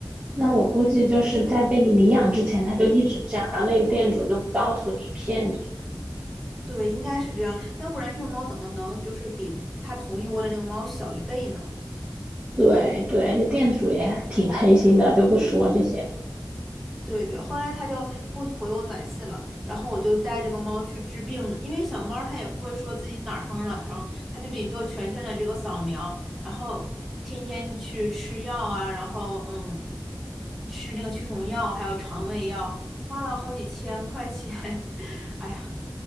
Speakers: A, on the right (about 20°); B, in the centre.
A: 那我估计就是在被你领养之前，他就一直这样，然后那个店主就不告诉你，骗你。
B: 对，应该是这样，要不然这猫怎么能就是比它同一窝的那个猫小一倍呢？
A: 对对，而且店主也挺黑心的，就不说这些。
B: 对对，后来它就不回我短信了，然后我就带这个猫去治病因为小猫它也不会说自己哪儿疼哪儿疼，它就得做全身的这个扫描，然后天天去吃药啊，然后嗯，吃那个驱虫药，还有肠胃药，花了好几千块钱，<laughs> 哎呀，